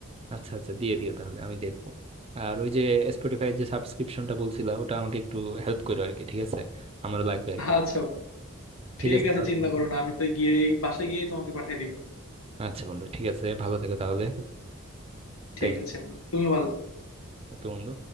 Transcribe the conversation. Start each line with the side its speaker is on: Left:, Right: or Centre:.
Right: আচ্ছা আচ্ছা দিয়ে দিও তাহলে আমি দেখবো আর ওই যে স্পটিফাইয়ের যে সাবস্ক্রিপশনটা বলছিলা ওটা আমাকে একটু হেল্প করো আর কি ঠিক আছে আমারও লাগবে আর কি
Left: আচ্ছা বন্ধু
Right: ঠিক
Left: ঠিক
Right: আছে
Left: আছে
Right: তাহলে
Left: চিন্তা
Right: বন্ধু।
Left: করো না আমি তো গিয়েই বাসায় গিয়েই তোমাকে পাঠিয়ে দিব
Right: আচ্ছা বন্ধু ঠিক আছে ভালো থেকো তাহলে
Left: ঠিক
Right: Thank you
Left: আছে বন্ধু, তুমি ভালো থেকো।
Right: ওকে বন্ধু